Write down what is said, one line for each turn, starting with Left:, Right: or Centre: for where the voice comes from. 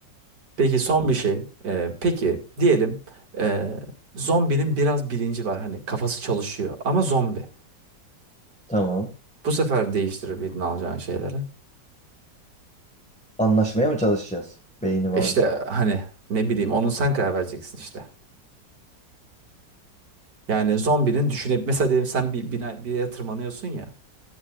Right: Peki son bir şey. E, peki diyelim e, zombinin biraz bilinci var hani kafası çalışıyor ama zombi.
Centre: tamam.
Right: Bu sefer değiştirebildin alacağın şeyleri.
Centre: Anlaşmaya mı çalışacağız? Beyni var.
Right: E İşte hani ne bileyim onu sen karar vereceksin işte. Yani zombinin düşünüp mesela diyelim sen bir bina, bir yere tırmanıyorsun ya.